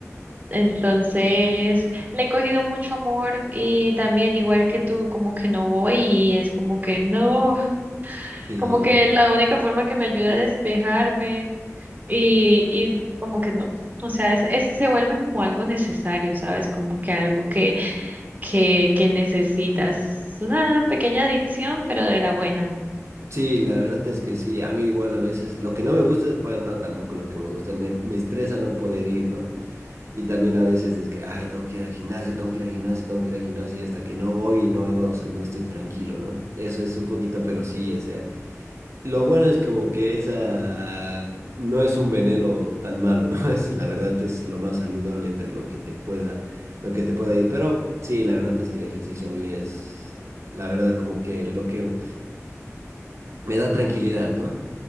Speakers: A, on the right; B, on the right.
A: Entonces, le he cogido mucho amor y también igual que tú, como que no voy y es como que no,
B: Sí.
A: como que es la única forma que me ayuda a despejarme y, y como que no, o sea, es, es- se vuelve como algo necesario, ¿sabes? Como que algo que, que, que necesitas, una pequeña adicción, pero de la buena.
B: Sí, la verdad es que sí, a mí igual a veces, lo que no me gusta, bueno, no, tampoco lo que me gusta, me, me estresa no poder ir, ¿no? Y también a veces es que, ay, tengo que ir al gimnasio, tengo que ir al gimnasio, tengo que ir al gimnasio, y hasta que no voy y no hago, o sea, no estoy tranquilo, ¿no? Eso es un poquito, pero sí, o sea, lo bueno es como que esa no es un veneno tan malo, ¿no? <laughs> Es, la verdad es lo más saludable entre lo que te pueda, lo que te pueda ir, pero sí, la verdad es que el ejercicio a mí es, la verdad, como que lo que me da tranquilidad, ¿no?